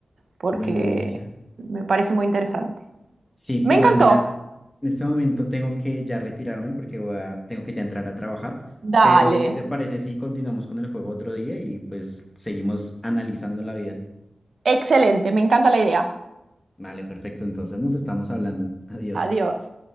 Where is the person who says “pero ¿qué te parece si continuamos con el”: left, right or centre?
Left